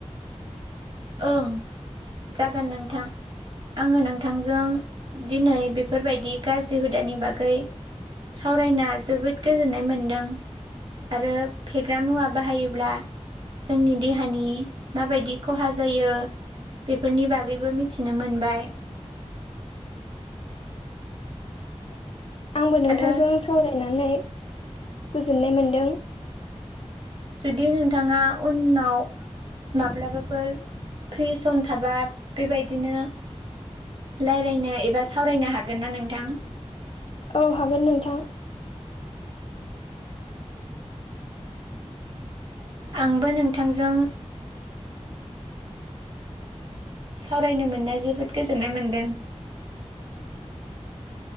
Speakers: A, on the right (about 50°); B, on the left (about 55°).
A: ओं जागोन नोंथां आङो नोंथांजों दिनै बेफोरबायदि गाज्रि हुदानि बागै सावरायना जोबोद गोजोननाय मोनदों आरो फेग्रा मुवा बाहायोब्ला जोंनि देहानि माबायदि खहा जायो बेफोरनि बागैबो मिथिनो मोनबाय।
B: <inaudible> आंबो नोंथांजों
A: आरो
B: सावरायनानै गोजोननाय मोनदों। <inaudible>
A: जुदि नोंथाङा उनाव माब्लाबाफोर फ्रि सम थाबा बेबायदिनो राय्लायनो एबा सावरायनो हागोन ना नोंथां?
B: औ हागोन नोंथां।
A: आंबो नोंथांजों सावरायनो मोननाय जोबोद गोजोननाय मोनदों।